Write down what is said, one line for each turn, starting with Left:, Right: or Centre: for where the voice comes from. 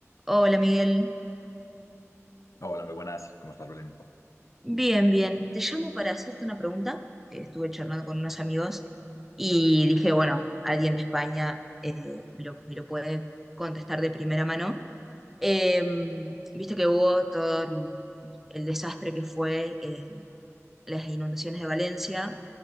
Centre: Hola Miguel,
Left: Hola, muy buenas. ¿Cómo estás, Belén?
Centre: bien, bien. Te llamo para hacerte una pregunta que estuve charlando con unos amigos y dije, bueno, alguien de España eh, me lo, me lo puede contestar de primera mano. Eh, viste que hubo todo el, el desastre que fue eh, las inundaciones de Valencia